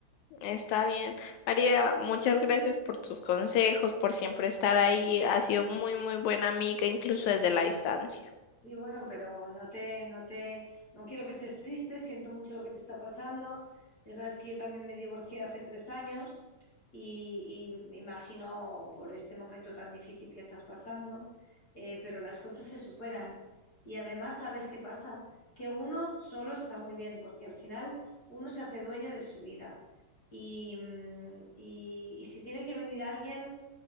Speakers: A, on the left (about 75°); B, on the left (about 40°).
A: Está bien. María, muchas gracias por tus consejos, por siempre estar ahí. Ha sido muy, muy buena amiga, incluso desde la distancia.
B: Sí, bueno, pero no te, no te, no quiero que estés triste, siento mucho lo que te está pasando. Ya sabes que yo también me divorcié hace tres años y, y me imagino por este momento tan difícil que estás pasando, eh, pero las cosas se superan. Y además, ¿sabes qué pasa? Que uno solo está muy bien, porque al final uno se hace dueño de su vida. Y, mm, y y si tiene que venir alguien